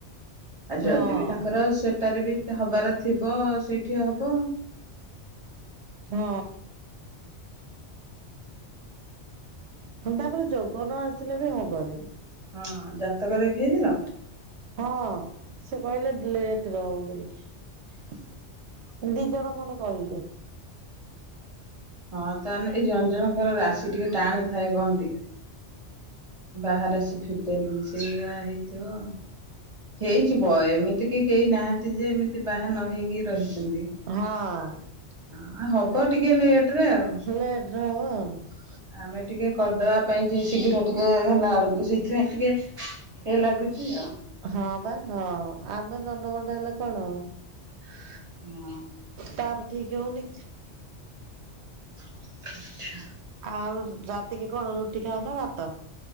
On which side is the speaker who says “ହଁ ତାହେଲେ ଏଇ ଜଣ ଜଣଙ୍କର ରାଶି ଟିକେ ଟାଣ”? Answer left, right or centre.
Right